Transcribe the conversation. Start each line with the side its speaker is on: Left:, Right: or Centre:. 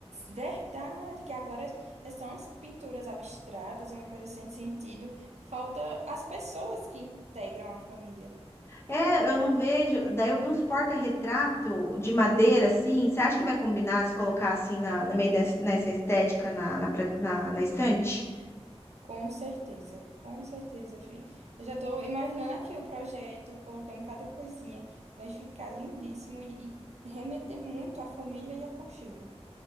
Right: verdade, que agora é- são as pinturas abstratas, é uma coisa sem sentido. Falta as pessoas que integram a família.
Left: É, eu não vejo. Daí eu vi uns porta-retrato de madeira, assim. Você acha que vai combinar se colocar assim na, no meio dessa, nessa estética na, na, pra- na- na estante?
Right: Com certeza, com certeza, fi. Eu já estou imaginando aqui o projeto, colocando cada coisinha. Vai ficar lindíssimo e, e remeter muito à família e aconchego.